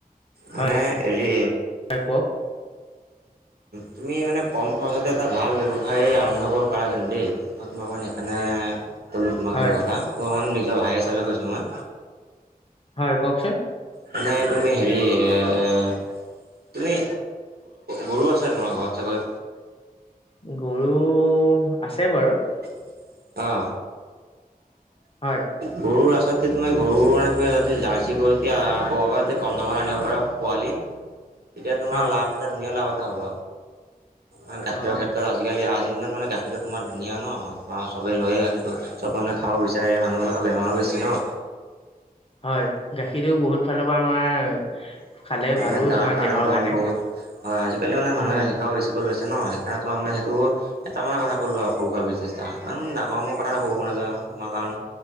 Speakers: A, on the right (about 85°); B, on the left (about 35°).
A: মানে
B: হয়
A: হেৰি
B: হয় কওক <inaudible>
A: তুমি মানে কম খৰচতে এটা ভাল ব্যৱসায় আৰম্ভ কৰিব পাৰা যেনো দেই মই তোমাক মাণে সেইকাৰণে
B: <inaudible>
A: ক'লো তোমাক
B: হয়
A: সেইটো কথা তোমাক নিজৰ ভাই হিচাপে কৈছো মই
B: হয় কওকচোন
A: মানে তুমি হেৰি এ তুমি গৰু আছে তোমাৰ ঘৰত চাগৈ
B: গৰু আছে বাৰু
A: অ
B: হয়
A: গৰুৰচী ত মই গৰু মানে জাৰ্চি গৰু ত কৰবাৰ পৰা য কম দামত আনিব পাৰা পোৱালি তেতিয়া তোমাৰ
B: অ
A: লাভ এটা ধুনীয়া লাভ এটা হ'ব আৰু গাখীৰৰ
B: অ
A: ক্ষেত্ৰত আজিকালি আজি মানে গাখীৰটো তোমাৰ ধুনীয়া ন তোৰ চবে লয়ে গাখীৰটো চব মানুহ খাব বিচাৰে মানুহবিলাকৰ বেমোচি জনা
B: হয় গাখীৰটো বহুত ফালৰ পৰা আমাৰ খালে
A: মানে
B: ভালো
A: গাৰ
B: তোমাৰ
A: কাৰণেও
B: দেহৰ
A: ভাল
B: কাৰণে
A: বহুত হয় আজিকালি মানে মানুহে
B: উম
A: গাখীৰ খাব বেছিকৈ লৈছে ন সেইকাৰণ তোমাক মানে কেইটামান কথা কলো আৰু সৰু খ চেষ্টা ইমান ডাঙৰ কথাটো কব নাজানো আৰু নহয় কাৰণ,